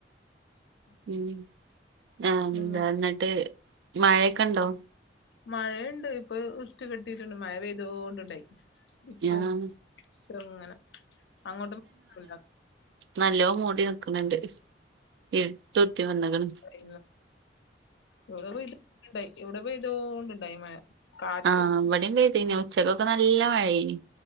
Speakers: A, on the left; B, on the right.
A: <unintelligible> <inaudible>
B: ഉം ആഹ്
A: നിങ്ങ
B: എന്താ എന്നിട്ട് മയൊക്കെ ഉണ്ടോ
A: മഴയുണ്ട് ഇപ്പൊ ഇരുട്ട് കെട്ടീട്ടുണ്ട് മഴ പെയ്തോണ്ടുണ്ടായി ഇപ്പൊ
B: ഞാൻ
A: ചേർങ്ങനെ അങ്ങോട്ടും ണ്ട
B: നല്ലോം മൂടി നിക്ക്ണ്ണ്ട് ഇരുട്ട് കുത്തി വന്ന്ക്ണ്
A: പി ഇവിടെ ഇതണ്ടായി ഇവിടെ പേയ്തോണ്ട് ഇണ്ടായി മഴ കാറ്റും
B: ആ ഇവിടീം പെയ്തിന്നു ഉച്ചക്കൊക്കെ നല്ല മഴയേനി